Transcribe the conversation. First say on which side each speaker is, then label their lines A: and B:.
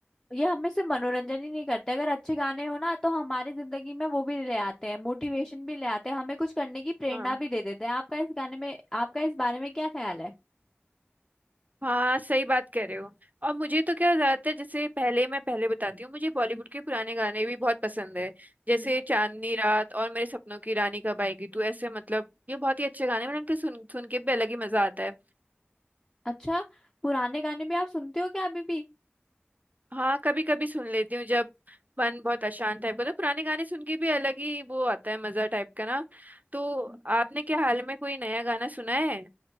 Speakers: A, on the left (about 15°); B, on the right (about 40°).
A: ये हमें सिर्फ मनोरंजन ही नहीं करते अगर अच्छे गाने हो ना तो हमारी जिंदगी में वो भी ले आते हैं मोटिवेशन भी ले आते हैं हमें कुछ करने की प्रेरणा
B: हाँ
A: भी दे देते हैं आपका इस गाने में आपका इस बारे में क्या ख्याल है
B: हाँ सही बात कह रहे हो और मुझे तो क्या ज्यादातर जैसे पहले मैं पहले बताती हूँ मुझे बॉलीवुड के पुराने गाने भी बहुत पसंद है जैसे
A: हम्म
B: चांदनी रात और मेरे सपनों की रानी कब आएगी तू ऐसे मतलब ये बहुत ही अच्छे गाने हैं, मतलब इनके सुन सुन के भी अलग ही मजा आता है
A: अच्छा पुराने गाने भी आप सुनते हो क्या अभी भी
B: हाँ कभी कभी सुन लेती हूँ जब मन बहुत अशांत टाइप का तो पुराने गाने सुन के भी अलग ही वो आता है मजा टाइप का ना तो आपने क्या हाल में कोई नया गाना सुना है